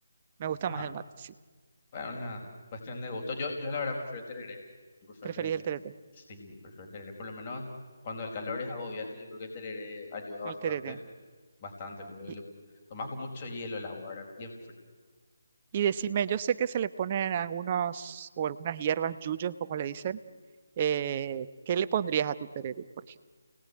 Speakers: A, on the right; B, on the left.
A: me gusta
B: Ah,
A: más el mate, sí.
B: bueno, una cuestión de gusto. Yo, yo la verdad prefiero el tereré. Yo prefiero
A: Preferís
B: el tereré.
A: el tereré,
B: Sí, prefiero el tereré. Por lo menos cuando el calor es agobiante, yo creo que el tereré ayuda bastante,
A: el tereré.
B: bastante. Luego
A: Y,
B: le tomás con mucho hielo el agua, ahora bien frío.
A: y decime, yo sé que se le ponen algunos o algunas hierbas, yuyos, como le dicen. eh, ¿qué le pondrías a tu tereré, por ejemplo?